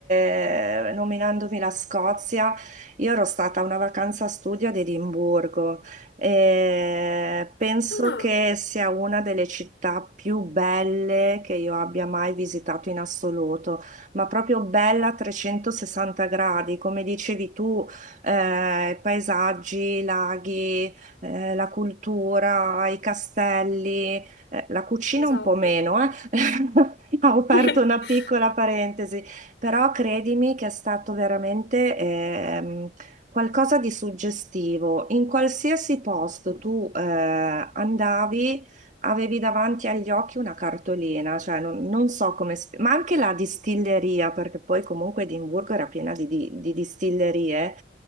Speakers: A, on the right (about 40°); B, on the left (about 80°).
A: eh, nominandomi la Scozia. Io ero stata a una vacanza studio ad Edimburgo e penso
B: Ah.
A: che sia una delle città più belle che io abbia mai visitato in assoluto, ma proprio bella a 360 gradi, come dicevi tu, eh, paesaggi, laghi, eh, la cultura, i castelli. Eh, la cucina
B: Esatto.
A: un po' meno, eh. <laughs> Ho aperto
B: <laughs>
A: una piccola parentesi, però credimi che è stato veramente ehm, qualcosa di suggestivo. In qualsiasi posto tu eh, andavi, avevi davanti agli occhi una cartolina, cioè non, non so come, sp- ma anche la distilleria, perché poi comunque Edimburgo era piena di, di di distillerie